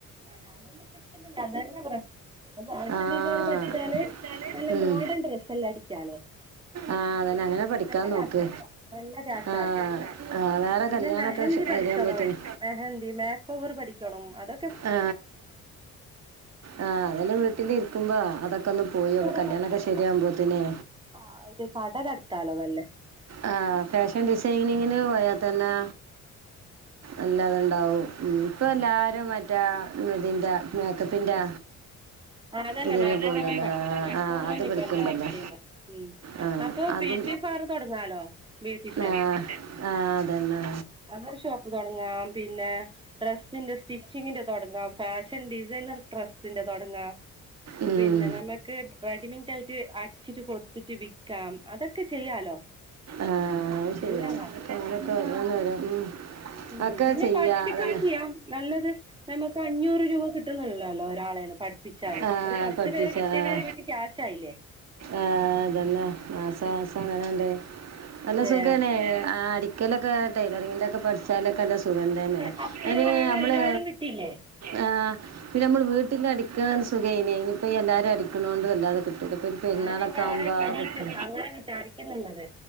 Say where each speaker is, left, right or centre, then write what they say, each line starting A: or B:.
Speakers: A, on the right; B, on the right.
A: ആ അത് ഒന്നും കിട്ടുന്നില്ലല്ല അതെന്നെ പ്രശ്നം പിന്നെ ഫാഷൻ
B: ആഹ്
A: ഡിസെൻ പഠിച്ചാല് നല്ല
B: ഉം
A: മോഡേൺ ഡ്രെസ്സെല്ലാ അടിക്കാലോ
B: ആഹ് അതന്നെ അങ്ങനെ പഠിക്കാൻ
A: നല്ല
B: നോക്ക്
A: കാശാക്കാ നല്ല കാശാക്കാ
B: ആഹ് ആഹ് വേറെ
A: പിന്നെ
B: കല്യാണൊക്കെ
A: മെഹന്തി പഠിക്കണം
B: കഴിയുമ്പോത്തിന്
A: മെഹന്തി മേക്ക് ഓവർ പഠിക്കണം അത
B: ആ ആ അതല്ലാം വീട്ടിലിരിക്കുമ്പോ അതൊക്കെ ഒന്ന് പോയി
A: അത് വേറെ
B: കല്യാണൊക്കെ
A: പഠിച്ചാൽ നമുക്ക്
B: ശരിയാവുമ്പോത്തിന്
A: ആ ഇത് കട നടത്താലോ നല്ലേ
B: ആ ഫാഷൻ ഡിസൈ ട്രെയിനിംഗിന് പോയാ തന്നെ അല്ലാതെ ഉണ്ടാവോ ഉം ഇപ്പം എല്ലാരും മറ്റേ ഇതിന്റെ മേക്കപ്പിന്റെ
A: ആഹ് അതന്നെ
B: ഇതിന്
A: മേക്ക്
B: പോണണ്ടല്ലോ
A: ഓവർ തന്നെ
B: ആ
A: മേക്ക്
B: ആ
A: ഓവർ
B: അത്
A: തന്നെ
B: പഠിക്കണ്ടല്ലോ
A: ഇപ്പൊ എല്ലാരും ചെയ്യുന്നെ ഉം
B: ആ
A: അപ്പൊ
B: അതി
A: ബ്യൂട്ടി പാർലർ തുടങ്ങാലോ ബ്യൂട്ടീഷ്യൻ
B: ആ ആ അതന്നെ
A: അതൊരു ഷോപ്പ് തുടങ്ങാം പിന്നെ ഡ്രസ്സിന്റെ സ്റ്റിച്ചിങ്ങിന്റെ തുടങ്ങാം ഫാഷൻ ഡിസൈനർ ഡ്രസ്സിന്റെ തുടങ്ങാം
B: ഉം
A: പിന്നെ നമുക്ക് റെഡിമെന്റ് ആയിട്ട് അടിച്ചിട്ട് കൊടുത്തിട്ട് വിക്കാം അതൊക്കെ ചെയ്യാലോ
B: ആഹ് അത്
A: നല്ലതാ
B: ശരിയാണ് അങ്ങനൊക്കെ
A: ഉം
B: ഓരോന്ന് ഓരോ ഉം
A: ഉം
B: ഒക്കെ
A: പിന്നെ
B: ചെയ്യാ
A: പഠിപ്പിക്കയും
B: അതന്നെ
A: ചെയ്യാം നല്ലത് നമുക്ക് അഞ്ഞൂറ് രൂപ കിട്ടുന്നൂള്ളേല്ലോ ഒരാളെയാണ് പഠിപ്പിച്ചാല്
B: ആ
A: ഒരു പത്ത്
B: പഠിപ്പിച്ച
A: പേരെ കിട്ടിയെങ്കിൽ
B: ആ
A: നമ്മുക്ക് ക്യാഷ് ആയില്ലേ
B: ആ, അതന്നെ മാസം
A: ഉം
B: മാസം അങ്ങനെയുണ്ട് നല്ല
A: അതെ
B: സുഖാനേ ആ അടി കിലൊക്കെ ടൈലറിംഗിന്റെ ഒക്കെ പഠിച്ചു തല നല്ല സുഖം തന്നെ
A: പത്ത്
B: ഇനി
A: പേരായാലും
B: നമ്മള്
A: അയ്യായിരം കിട്ടിയില്ലേ
B: ആ പിന്നെ നമ്മൾ വീട്ടിലടി ക്കാൻ സുഖവില്ലേ ഇനിപ്പം എല്ലാരും അടിക്കുന്നോണ്ട് വല്ലാതെ കിട്ടില്ല ഇപ്പോൾ ഒരു പെരുന്നാളൊക്കെ
A: ഞാൻ അങ്ങനെയാണ്
B: ആകുമ്പോൾ
A: നിരീക്കുന്നത്
B: കിട്ടും
A: അങ്ങനെ വിചാരിക്കുന്നുള്ളത്